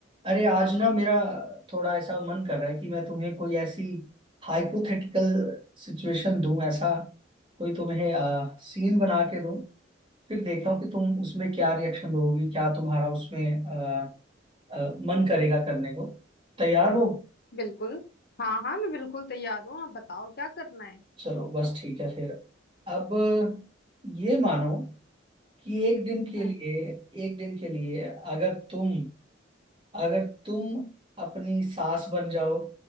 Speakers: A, on the right; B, on the left.
A: अरे आज ना मेरा थोड़ा ऐसा मन कर रहा है कि मैं तुम्हें कोई ऐसी हाइपोथेटिकल सिचुएशन दूं ऐसा कोई तुम्हें आ, सीन बना के दूं फिर देखता हूँ कि तुम उसमें क्या रिएक्शन दोगी क्या तुम्हारा उसमें आ, आ, मन करेगा करने को तैयार हो
B: बिल्कुल हाँ हाँ मैं बिल्कुल तैयार हूँ आप बताओ क्या करना है
A: चलो बस ठीक है फिर अब ये मानो कि एक दिन के
B: हम्म,
A: लिए एक दिन के लिए अगर तुम अगर तुम अपनी सास बन जाओ